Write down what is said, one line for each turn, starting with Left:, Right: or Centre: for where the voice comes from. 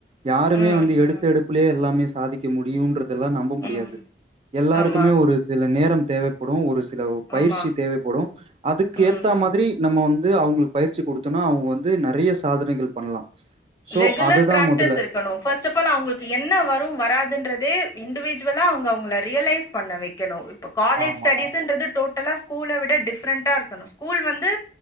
Right: யாருமே
Left: ம்
Right: வந்து எடுத்த
Left: ம்
Right: எடுப்பிலயே எல்லாமே சாதிக்க முடியும்ன்றதெல்லாம் நம்ம முடியாது
Left: ம்
Right: எல்லாருக்குமே
Left: ஆமா
Right: ஒரு சில நேரம் தேவ படும் ஒரு சில பயிற்சி
Left: ஆமா
Right: தேவைப்படும் அதுக்கு
Left: ம்
Right: ஏத்த மாதிரி நம்ம வந்து அவுங்களுக்கு பயிற்சி குடுத்தோம்னா அவுங்க வந்து நெறைய சாதனை பண்ணலா சோ
Left: ரெகுலர்
Right: அதுதா
Left: பிராக்டிஸ்
Right: முதல்ல
Left: ஃபர்ஸ்ட் ஆஃப் ஆல்அவுங்களுக்கு என்ன வரும் வராதுன்றத இண்டிவிஜுலா அவுங்க அவங்கள ரியலைஸ் பண்ண வைக்க ணும் இப்ப காலேஜ்
Right: ஆமா,
Left: ஸ்டடிஸ்ன்றது
Right: ஆமா.
Left: டோட்டலா ஸ்கூல்ல விட டிஃப்ரெண்டா இருக்கணும் ஸ்கூல் வந்து